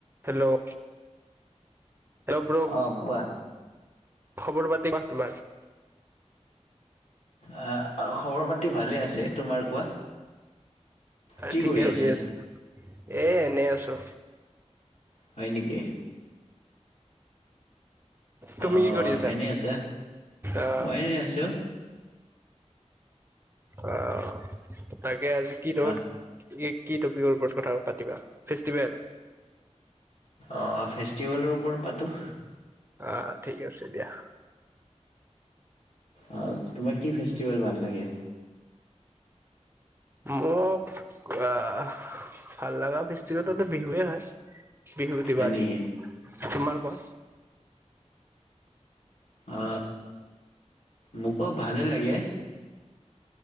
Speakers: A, on the right; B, on the left.
A: Hello hello bro,
B: অঁ কোৱা
A: খবৰ পাতি কোৱা তোমাৰ?
B: আহ খবৰ পাতি ভালে আছে, তোমাৰ কোৱা? কি
A: ঠিকে
B: কৰি
A: হল
B: আছা
A: দিয়াচো। এ, এনেই আছো।
B: হয় নেকি?
A: তুমি
B: আহ
A: কি কৰি
B: এনেই আছা।
A: আহ
B: মই এনে আছো। উ
A: অঅঅঅ তাকে। তাকে আজি কি ধৰক।
B: অঁ
A: তুমি কি টপিকৰ ওপৰত কথা পাতিবা ফেষ্টিভেল?
B: অ ফেষ্টিভেলৰ ওপৰত পাতোঁ।
A: আহ ঠিক আছে দিয়া।
B: অঁ তোমাৰ কি ফেষ্টিভেল ভাল লাগে?
A: মোক আহ ভাল লগা ফেষ্টিভেলতে বিহুৱে হয়। বিহু দিৱালী।
B: হয় নেকি
A: তোমাৰ কোৱা?
B: অ মোকো ভালেই লাগে